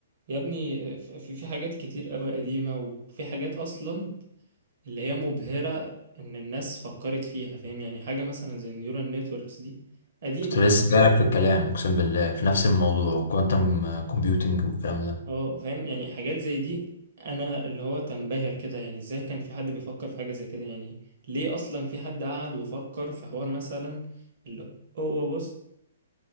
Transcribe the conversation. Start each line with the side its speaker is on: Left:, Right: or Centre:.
Right: يا ابني ف- في في حاجات كتير قوي قديمة وفي حاجات أصلا اللي هي مبهرة إن الناس فكرت فيها فاهم يعني حاجة مثلا زي النيورال نتوركس دي قديمة
Left: كنت لسه جايلك في الكلام اقسم بالله في نفس الموضوع كوانتم كومبيوتنج والكلام ده
Right: اه فاهم يعني حاجات زي دي انا اللي هو تنبهر كده يعني ازاي كان في حد بيفكر في حاجة زي كده يعني ليه اصلا في حد قعد وفكر في حوار مثلا اللي هو بص